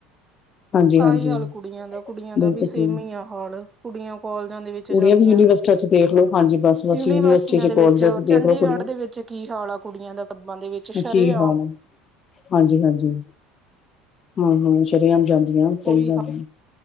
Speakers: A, on the left (about 30°); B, on the right (about 15°).
A: ਹਾਂਜੀ
B: ਆਹੀ
A: ਹਾਂਜੀ
B: ਹਾਲ, ਕੁੜੀਆਂ ਦਾ ਕੁੜੀਆਂ ਦਾ
A: ਬਿਲਕੁਲ
B: ਵੀ ਸੇਮ
A: ਸਹੀ
B: ਹੀ ਆ ਹਾਲ ਕੁੜੀਆਂ। ਕਾਲਜਾਂ ਦੇ ਵਿੱਚ ਜਾਂਦੀਆਂ
A: ਕੁੜੀਆਂ ਵੀ ਯੂਨੀਵਰਸਿਟੀਆਂ ਚ ਦੇਖ ਲੋ ਹਾਂਜੀ ਬਸ ਬਸ
B: ਯੂਨੀਵਰਸਿਟੀਆਂ
A: ਯੂਨੀਵਰਸਿਟੀ ਚ
B: ਦੇ
A: ਕਾਲਜਾਂ
B: ਵਿੱਚ
A: ਚ
B: ਚੰਡੀਗੜ੍ਹ
A: ਦੇਖ ਲੋ ਕੁੜੀਆਂ
B: ਦੇ ਵਿੱਚ ਜਾਂਦੀ ਹਨ। ਕੀ ਹਾਲ ਆ ਕੁੜੀਆਂ ਦਾ ਕਲੱਬ ਦੇ ਵਿੱਚ ਸ਼ਰੇ
A: ਕੀ
B: ਆਮ।
A: ਹਾਲ ਹੈ ਹਾਂਜੀ ਹਾਂਜੀ ਹਮ ਹਮ ਸ਼ਰੇ ਆਮ ਜਾਂਦੀਆਂ
B: ਕੋਈ
A: ਸਹੀ ਗੱਲ ਹੈ।